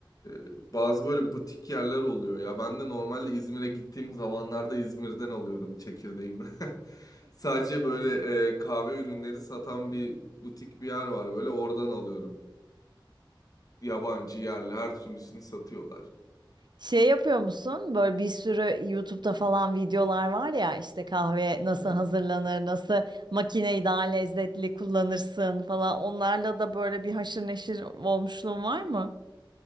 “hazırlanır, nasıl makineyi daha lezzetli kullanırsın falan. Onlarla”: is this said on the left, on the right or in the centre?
Right